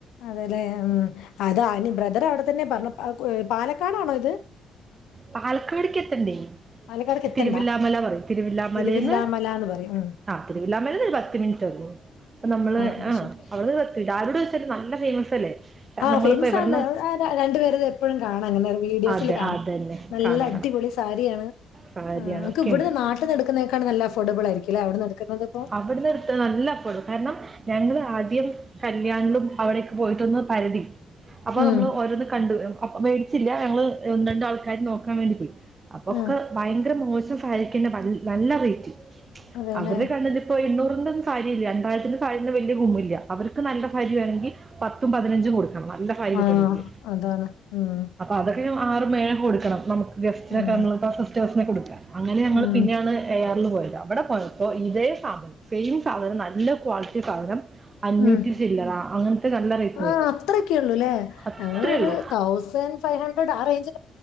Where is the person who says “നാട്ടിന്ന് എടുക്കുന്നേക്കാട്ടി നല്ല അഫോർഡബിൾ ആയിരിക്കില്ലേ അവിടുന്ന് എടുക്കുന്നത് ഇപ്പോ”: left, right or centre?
Left